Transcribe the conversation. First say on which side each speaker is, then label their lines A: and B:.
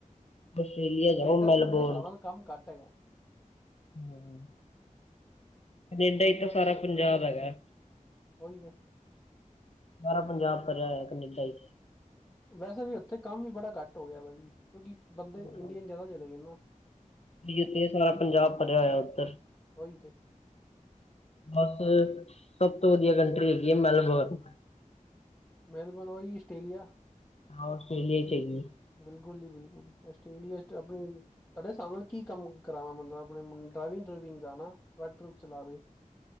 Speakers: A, on the left; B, on the left.
A: ਆਸਟ੍ਰੇਲੀਆ
B: ਕਨੇਡਾ
A: ਜਾਓ ਮੈਲਬੋਰਨ
B: ਚ ਵੀ ਨਾ ਮੇਰੇ ਹਿਸਾਬ ਨਾਲ ਕੰਮ ਘੱਟ ਹੈਗਾ।
A: ਹਮ। ਕਨੇਡਾ
B: ਆਸਟ੍ਰੇਲੀਆ
A: ਵਿੱਚ ਤਾਂ
B: ਵਧੀਆ
A: ਸਾਰਾ
B: ਕੰਟਰੀ
A: ਪੰਜਾਬ
B: ਹੈ
A: ਹੈਗਾ।
B: ਉਹੀ ਤੇ
A: ਸਾਰਾ ਪੰਜਾਬ ਭਰਿਆ ਹੋਇਆ ਕਨੇਡਾ ਇਚ
B: ਵੈਸੇ ਵੀ ਉੱਥੇ ਕੰਮ ਵੀ ਬੜਾ ਘੱਟ ਹੋ ਗਿਆ ਭਾਜੀ ਕਿਉਂਕਿ ਬੰਦੇ
A: ਹਮ
B: ਇੰਡੀਅਨ ਜਿਆਦਾ ਚਲੇ ਗਏ ਨਾ।
A: <unintelligible> ਸਾਰਾ ਪੰਜਾਬ ਭਰਿਆ ਹੋਇਆ ਉੱਧਰ।
B: ਉਹੀ ਤੇ
A: ਬਸ ਸਭ ਤੋਂ ਵਧੀਆ ਕੰਟਰੀ ਹੈਗੀ ਹੈ ਮੈਲਬੋਰਨ।
B: ਮੈਲਬੋਰਨ ਉਈ ਆਸਟ੍ਰੇਲੀਆ।
A: ਹਾਂ ਆਸਟਰੇਲੀਆ ਚ ਕਿ
B: ਬਿਲਕੁਲ ਜੀ ਬਿਲਕੁਲ ਆਸਟ੍ਰੇਲੀਆ ਚ ਆਪਣੀ ਤੁਹਾਡੇ ਸਾਹਮਣੇ ਕੀ ਕੰਮ ਕਰਾਵਾ ਮਤਲਬ ਆਪਣੇ ਡਰਾਈਵਿੰਗ ਡਰੂਈਵਿੰਗ ਦਾ ਨਾ ਟਰੈਕ ਟਰੁਕ ਚਲਾਵੇ।